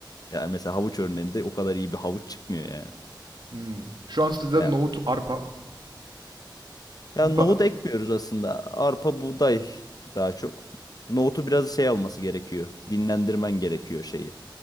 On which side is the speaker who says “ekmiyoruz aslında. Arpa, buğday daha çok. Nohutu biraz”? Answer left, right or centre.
Left